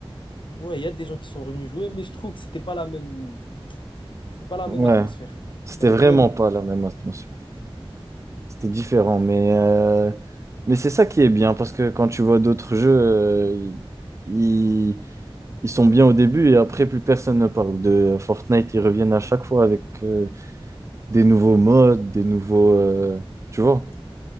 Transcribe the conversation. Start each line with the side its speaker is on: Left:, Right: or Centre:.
Left: Ouais, il y a des gens qui sont revenus jouer, mais je trouve que c'était pas la même, c'était pas la
Right: Ouais,
Left: même atmosphère.
Right: c'était
Left: Il y avait
Right: vraiment
Left: quand même une
Right: pas
Left: différence.
Right: la même atmosphère. C'était différent, mais, euh, mais c'est ça qui est bien, parce que quand tu vois d'autres jeux, euh, ils, ils sont bien au début et après plus personne ne parle de Fortnite, ils reviennent à chaque fois avec euh, des nouveaux modes, des nouveaux... euh, tu vois?